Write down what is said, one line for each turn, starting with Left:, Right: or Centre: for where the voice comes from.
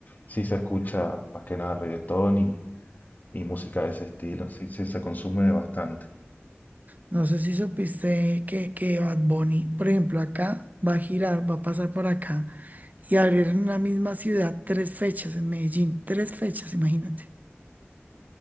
Left: sí se escucha más que nada reggaetón y, y música de ese estilo, sí, sí se consume bastante.
Right: No sé si supiste que, que Bad Bunny, por ejemplo, acá va a girar, va a pasar por acá y abrir en una misma ciudad tres fechas en Medellín, tres fechas, imagínate.